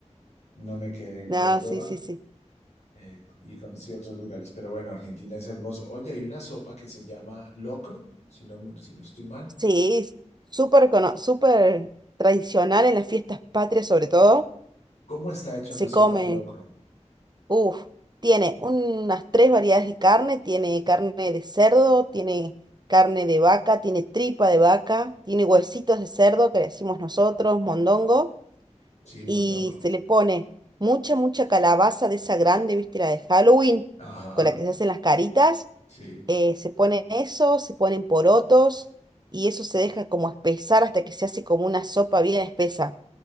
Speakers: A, on the left; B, on the right.
A: no me quedé en
B: No,
A: Córdoba
B: sí, sí, sí.
A: eh, y conocí otros lugares. Pero bueno, Argentina es hermoso. Oye, hay una sopa que se llama locro, si no, me- si no estoy mal.
B: Sí, es súper cono- súper tradicional en las fiestas patrias sobre todo.
A: ¿Cómo está hecha
B: Se
A: una sopa
B: come,
A: de locro?
B: uff, tiene unas tres variedades de carne, tiene carne de cerdo, tiene carne de vaca, tiene tripa de vaca, tiene huesitos de cerdo que le decimos nosotros, mondongo.
A: Sí, mondongo.
B: y se le pone mucha, mucha calabaza de esa grande, viste, la de Halloween,
A: Ajá,
B: con la que se hacen las caritas,
A: sí.
B: eh, se pone eso, se ponen porotos y eso se deja como espesar hasta que se hace como una sopa bien espesa.